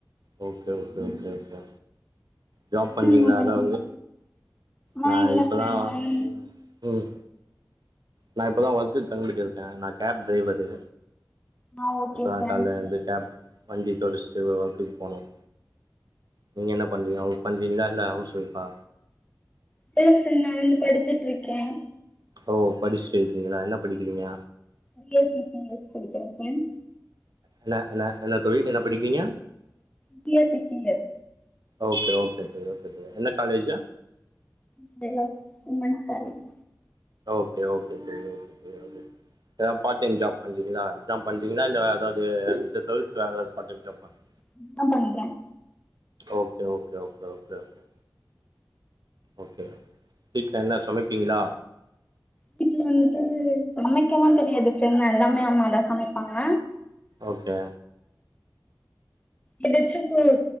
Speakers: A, on the right; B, on the left.
A: okay okay okay okay job பண்ணறீங்களா
B: நீங்க என்ன பண்றீங்க
A: ஏதாவது
B: ஆ
A: நா
B: இல்ல
A: இப்பதான்
B: ஃப்ரெண்ட் நான்
A: ம் நா இப்போ தான் வர்க்குக்கு கண்டுபிடிச்சு இருக்கேன் இருக்கேன் நான் கேப் டிரைவர்ரு
B: ஆ ஓகே
A: இப்ப தான்
B: சார்
A: காலைல எழுந்து கேப் வண்டி தொடச்சிட்டு ஒர்க்கு போனும் நீங்க என்ன பண்றீங்க வொர்க் பண்றீங்களா இல்ல ஹவுஸ் வைஃபா
B: இல்ல சார் நா வந்து படிச்சுட்டு இருக்கேன்
A: ஓ படிச்சிட்டு இருக்கீங்களா என்ன படிக்கிறீங்க
B: பிஎஸ்சி படிக்கிறேன் சார்
A: என்ன என்ன என்ன தோழி என்ன படிக்கிறீங்க
B: B S C <unintelligible>
A: okay okay தோழி ஓகே தோழி எந்த college
B: Stella women's college
A: okay okay தோழி ஓகே தோழி ஏதாவது பார்ட் டைம் ஜாப் பண்றீங்களா இதுதான் பண்றீங்களா இல்ல வேற ஏதாவது இத தவிர்த்து வேறு ஏதாவது பார்ட் டைம் ஜாப் பண்றீங்களா
B: இதுதான் பண்றேன்
A: okay okay okay okay okay okay என்ன சமைப்பீங்களா
B: வீட்டுல வந்துட்டு சமைக்கலாம் தெரியாது பிரண்ட் எல்லாமே அம்மாதான் சமைப்பாங்க
A: ஓகே
B: எதாச்சும் கூ